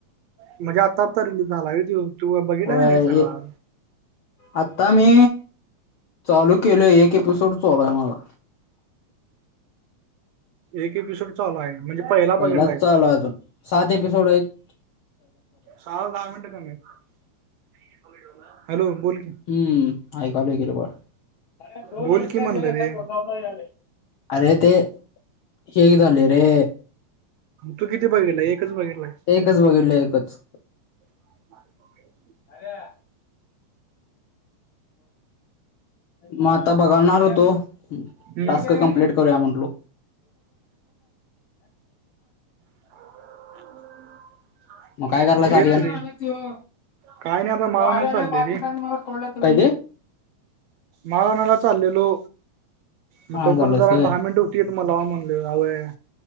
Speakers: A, on the right; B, on the left.
A: म्हणजे आत्ता आत्ता रिलीज झाला व्हय तू बघितला
B: वय
A: का नाही सगळा
B: आता मी चालू केलोय एक एपिसोड चालू हाय माझा
A: एक एपिसोड चालू हाय म्हणजे पहिला
B: पहिलाच
A: बघितलाय
B: चालू हाय अजून सात एपिसोड हाइत
A: सहा ला दहा मिनट कमी हाइत हॅलो बोल की
B: हू ऐकलोय की रे बाळ <unintelligible>
A: बोल की म्हणलं रे
B: अरे ते हे एक झालंय रे
A: तू किती बघितलाय एकच बघितलाय
B: एकच बघितलोय एकच
A: <unintelligible>
B: आर्या म आताा बघाणार होतो
A: हम्म
B: टास्क कंप्लीट करूया म्हणलो
A: <inaudible>
B: मग काय करायला काडला
A: तेच
B: <unintelligible>
A: रे काय नाही आता माळाण्याला चाललोय रे
B: काय ते <unintelligible>
A: माळ आणायला चाललेलो म
B: हा
A: तो
B: झालंस
A: पर्यंत जरा
B: होय
A: दहा मिनट हुतीत म लाव म्हणलो वय